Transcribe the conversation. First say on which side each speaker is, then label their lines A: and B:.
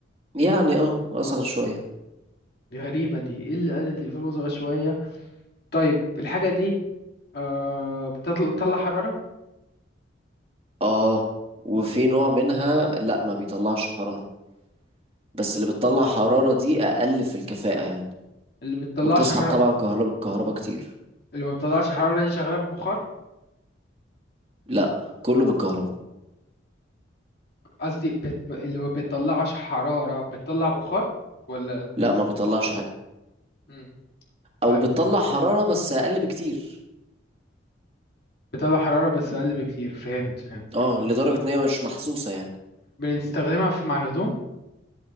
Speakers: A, on the right; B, on the left.
A: يعني اه اصغر شويه
B: دي غريبة دي إيه اللي قد التليفون وأصغر شوية طيب الحاجة دي أه بتطل- بتطلع حرارة
A: اه وفي نوع منها لا ما بيطلعش حرارة بس اللي بتطلع حرارة دي أقل في الكفاءة يعني
B: اللي بتطلعش
A: وبتسحب
B: حرارة
A: طبعا كهرباء كهرباء كتير
B: اللي ما بتطلعش حرارة دي شغالة بالبخار
A: لا كله بالكهرباء
B: قصدي بت... اللي ما بتطلعش حرارة بتطلع بخار ولا
A: لا ما بيطلعش حاجة
B: مم.
A: أو
B: طيب
A: بتطلع حرارة بس أقل بكتير
B: بتطلع حرارة بس أقل بكتير فهمت فهمت
A: اه لدرجة إن هي مش محسوسة يعني
B: بنستخدمها في مع الهدوم